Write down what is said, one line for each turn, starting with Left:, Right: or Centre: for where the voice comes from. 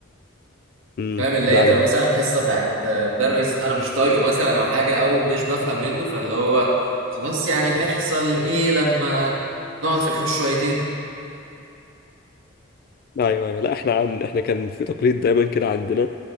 Left: امم
Right: فاهم اللي
Left: لا
Right: هي تبقى
Left: انا
Right: مثلا الحصه بتاعت مدرس انا مش طايقه مثلا او حاجه او مش بفهم منه فاللي هو خلاص يعني هيحصل ايه لما نقعد في الحوش شويتين
Left: لا ايوه ايوه لا احنا عن احنا كان في تقليد دايما كده عندنا